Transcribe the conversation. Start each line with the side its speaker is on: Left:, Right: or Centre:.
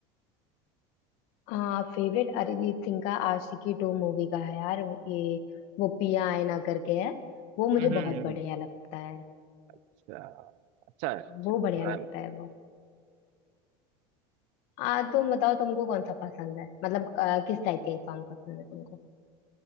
Left: हाँ फेवरेट अरिजीत सिंह का आशिकी टू मूवी का है यार वो- ये वो पिया आए ना करके है वो मुझे
Right: हम्म हम्म,
Left: बहुत
Right: हम्म।
Left: बढ़िया लगता है
Right: अच्छा अच्छा अच्छा
Left: वो
Right: सुना
Left: बढ़िया लगता
Right: है
Left: है बहुत आ तुम बताओ तुमको कौन सा पसंद है मतलब आ, किस टाइप के सॉन्ग पसंद है तुमको